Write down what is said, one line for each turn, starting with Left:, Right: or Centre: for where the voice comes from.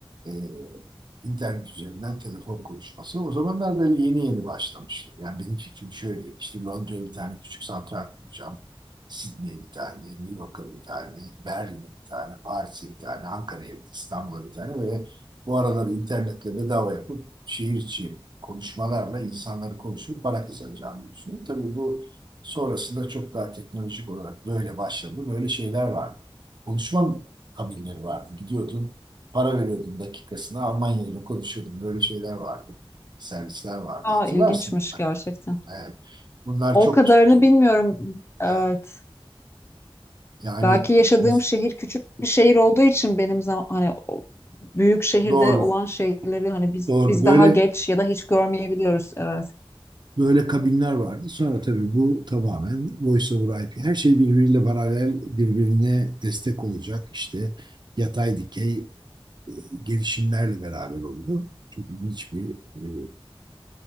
Right: e, internet üzerinden telefon konuşması. O zamanlar böyle yeni yeni başlamıştı. Yani benim fikrim şöyle işte Londra'ya bir tane küçük santral kuracağım. Sydney'e bir tane, New York'a bir tane, Berlin'e bir tane, Paris'e bir tane, Ankara'ya bir İstanbul'a bir tane ve bu aralar internetle bedava yapıp şehir içi konuşmalarla insanları konuşup para kazanacağını düşünüyorum. Tabii bu Sonrasında çok daha teknolojik olarak böyle başladı. Böyle şeyler vardı. Konuşma kabinleri vardı. Gidiyordun, para veriyordun dakikasına. Almanya ile konuşuyordun. Böyle şeyler vardı. Servisler vardı.
Left: Aa
Right: Hatırlarsın
Left: ilginçmiş
Right: mutlaka.
Left: gerçekten.
Right: Evet. Bunlar
Left: O
Right: çok
Left: kadarını
Right: tuttu.
Left: bilmiyorum. Evet.
Right: Evet. Yani
Left: Belki yaşadığım
Right: ins-
Left: şehir küçük bir şehir olduğu için benim zaman hani o büyük şehirde
Right: doğru.
Left: olan şeyleri hani biz
Right: Doğru.
Left: biz
Right: Böyle
Left: daha geç ya da hiç görmeyebiliyoruz. Evet.
Right: böyle kabinler vardı. Sonra tabii bu tamamen Voice over IP. Her şey birbiriyle paralel, birbirine destek olacak. İşte yatay dikey e, gelişimlerle beraber oluyor. Çok ilginç bir e,